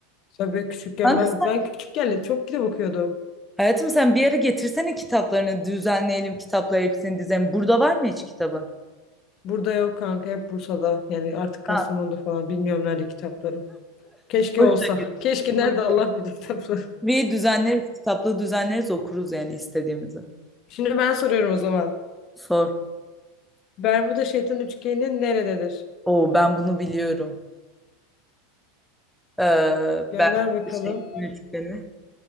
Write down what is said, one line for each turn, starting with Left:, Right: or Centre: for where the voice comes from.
Left: Sonra böyle küçükken
Centre: Kanka,
Left: ben ben küçükken de çok kitap okuyordum.
Centre: hayatım sen bir ara getirsene kitaplarını düzenleyelim. Kitapları hepsini dizelim. Burada var mı hiç kitabı?
Left: Burada yok kanka hep Bursa'da. Yani artık Kastamonu'da
Centre: Tamam.
Left: falan bilmiyorum nerede kitaplarım. Keşke
Centre: Boş
Left: olsa.
Centre: ver,
Left: Keşke
Centre: boş
Left: nerede Allah
Centre: ver.
Left: bilir tabii. <laughs>
Centre: Bir düzenleriz. Kitaplığı düzenleriz okuruz yani istediğimizi.
Left: Şimdi ben soruyorum o zaman.
Centre: Sor.
Left: Bermuda Şeytan Üçgeni nerededir?
Centre: Oo ben bunu biliyorum. Ee, ben
Left: Gönder bakalım.
Centre: şey, Yönetmeni.